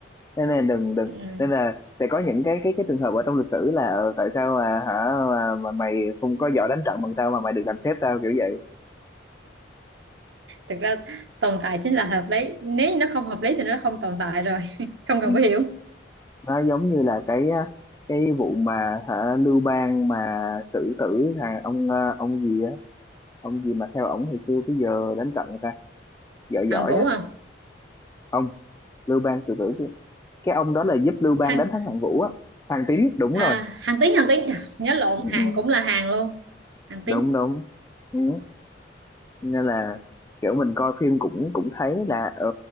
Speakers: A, on the left; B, on the right.
A: nên là đừng đừng
B: ừm.
A: nên là sẽ có những cái cái cái trường hợp ở trong lịch sử là ờ, tại sao mà hả mà, mà mày không có giỏi đánh trận bằng tao mà mày được làm sếp tao kiểu vậy
B: thực ra tồn tại chính là hợp lý nếu như nó không hợp lý thì nó không tồn tại rồi <laughs> không cần
A: Ừ.
B: phải hiểu
A: nó giống như là cái á, cái vụ mà hả Lưu Bang mà xử tử thằng ông ờ, ông gì á ông gì mà theo ổng hồi xưa tới giờ đánh trận người ta giỏi
B: Hạng
A: giỏi
B: Vũ
A: á
B: không
A: ông Lưu Bang xử tử cái cái ông đó là giúp Lưu Bang
B: Hạng
A: đánh thắng Hạng Vũ á thằng Tín đúng
B: à,
A: rồi
B: Hạng Tín Hạng Tín Trời, nhớ lộn
A: ừ,
B: Hạng
A: ừ,
B: cũng là Hạng luôn Hạng
A: đúng
B: Tín
A: đúng ừ. nên là kiểu mình coi phim cũng cũng thấy là ờ